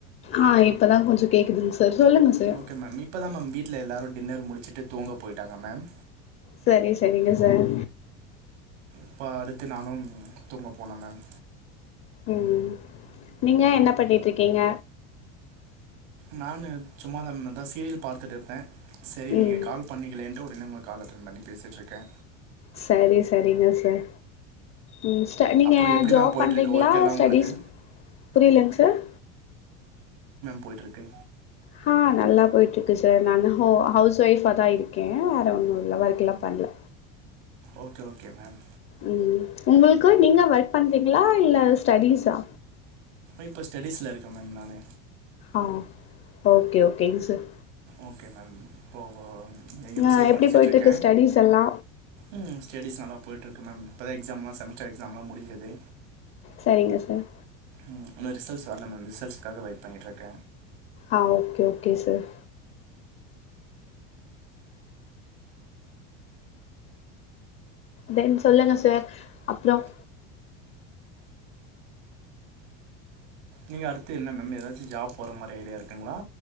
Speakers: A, on the left; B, on the right.
A: ஆ இப்ப தா கொஞ்சோ கேக்குதுங்க சார் சொல்லுங்க சார்
B: ஓகே மேம் இப்ப தா மேம் வீட்ல எல்லாரும் டின்னர் முடிச்சுட்டு தூங்க போய்டாங்க மேம்
A: செரி செரிங்க சார்
B: இப்போ அடுத்து நானும் தூங்க போனும் மேம்
A: ம் நீங்க என்ன பண்ணிட்டு இருக்கீங்க
B: நானு சும்மாத மேம் அதா சீரியல் பார்த்துட்டு இருப்பே செரி நீங்க
A: ம்
B: கால் பண்ணிக்கலேன்ட்டு <unintelligible> கால் அட்டென் பண்ணி பேசிட்ருக்க
A: சரி சரிங்க சார் ம் ஸ்ட நீங்க
B: அப்புறம் எப்படி
A: ஜாப்
B: மேம் போயிட்டுருக்கு
A: பண்றீங்களா
B: ஒர்க் எல்லாம் உங்களுக்கு
A: ஸ்டடிஸ் புரியலங்க சார்
B: போய்ட்டுருக்கு
A: ஹ நல்லா போயிட்டு இருக்கு சார் நான் ஹவுஸ் வைஃப் அதா இருக்கே வேற ஒண்ணும்ல ஒர்க் எல்லாம் பண்ணல
B: ஓகே ஓகே மேம்
A: ம் உங்களுக்கு நீங்க ஒர்க் பண்றீங்களா இல்ல ஸ்டடிஸ் ஆ
B: இப்ப ஸ்டடிஸ்ல இருக்க மேம் நானு
A: அ ஓகே ஓகேங்க சார்
B: ஓகே மேம் இப்போ எம்சிஏ
A: ஆ எப்டி
B: படிச்சுட்டு
A: போயிட்ருக்கு
B: இருக்க
A: ஸ்டடீஸ் எல்லா
B: ம் ஸ்டடிஸ் நல்லா போய்ட்ருக்கு ஓகே மேம் இப்போதா எக்ஸாம்லாம் செமஸ்டர் எக்ஸாம்லாம் முடிஞ்சது
A: சரிங்க சார்
B: ம் இன்னும் ரிசல்ட்ஸ் வரல மேம் ரிசல்ட்ஸ்காக வெயிட் பண்ணிட்டு இருக்க
A: அ ஓகே ஓகே சார் தென் சொல்லுங்க சார் அப்புறம்
B: நீங்க அடுத்து என்ன மேம் ஏதாச்சும் ஜாப் போற மாதிரி ஐடியாருக்குங்களா